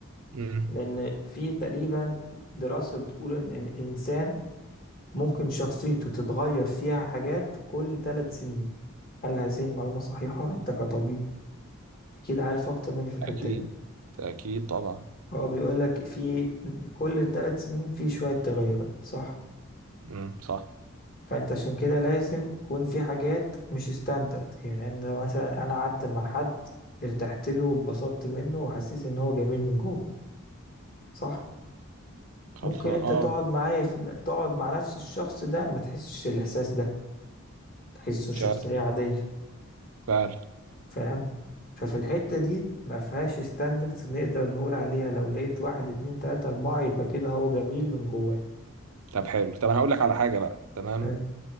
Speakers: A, on the right; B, on the left.
A: امم
B: لان في تقريبا دراسة بتقول ان إن الانسان ممكن شخصيته تتغير فيها حاجات كل ثلاث سنين هل هذه المعلومة صحيحة انت كطبيب اكيد عارف اكتر مني في الحتة
A: اكيد
B: دي
A: اكيد طبعا
B: هو بيقول لك في كل ثلاث سنين في شوية تغيرات صح
A: امم صح
B: فانت عشان كده لازم يكون في حاجات مش ستاندرد يعني انا مثلا انا قعدت مع حد ارتحت له واتبسطت منه وحسيت ان هو جميل من جوه صح
A: خلص
B: ممكن
A: اه
B: انت تقعد معايا في... تقعد مع نفس الشخص ده ما تحسش الاحساس ده تحسه شخصية
A: فعلا
B: عادية
A: فعلا
B: فاهم ففي الحتة دي ما فيهاش ستاندردز نقدر نقول عليها لو لقيت واحد اتنين تلاتة اربعة يبقى كده هو جميل من جواه
A: طب حلو طب انا هقول لك على حاجه بقى تمام
B: حلو